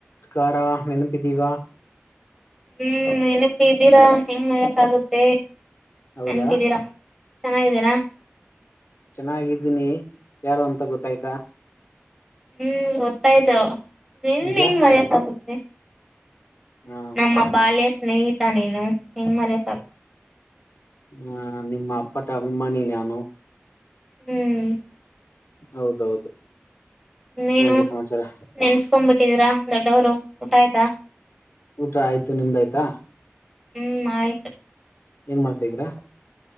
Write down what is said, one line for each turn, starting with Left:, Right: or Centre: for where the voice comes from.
Left: ನಮಸ್ಕಾರ ನೆನಪಿದೀವಾ
Centre: ಹ್ಮ್ ನೆನಪಿ ಇದಿದ್ದೀರಾ ಹೆಂಗ್ ಆಕ್ ಆಗುತ್ತೆ
Left: ಹೌದಾ
Centre: ನೆನಪಿದ್ದೀರಾ ಚೆನ್ನಾಗಿದ್ದೀರಾ
Left: ಚೆನ್ನಾಗಿದ್ದೀನಿ ಯಾರು ಅಂತ ಗೊತ್ತಾಯ್ತಾ
Centre: ಹ್ಮ್ ಗೊತ್ತಾಯ್ತು ನಿನ್
Left: ನಿಜ
Centre: ಹಿಂಗ್ ಮರೆಯೋಕೆ ಆಗುತ್ತೆ
Left: ಹ್ಮ
Centre: ನಮ್ಮ ಬಾಲ್ಯ ಸ್ನೇಹಿತ ನೀನು ಹೆಂಗ್ ಮರ್ಯಕ್ಾಗ
Left: ಹ ನಿಮ್ಮ ಅಪ್ಪಟ್ಟ ಅಭಿಮಾನಿ ನಾನು
Centre: ಹ್ಮ್
Left: ಹೌದೌದು
Centre: ನೀನು
Left: ಏನ್ರಿ ಸಮಾಚಾರ
Centre: ನೆನ್ಸ್ಕೊ್ ಬಿಟ್ಟಿದೀರಾ ದೊಡ್ಡವರು ಊಟ ಆಯ್ತಾ
Left: ಊಟ ಆಯ್ತು ನಿಮ್ದಾಯ್ತಾ
Centre: ಹ್ಮಞ ಆಯ್ತು
Left: ಏನ್ ಮಾಡ್ತಾ ಇಧಿರ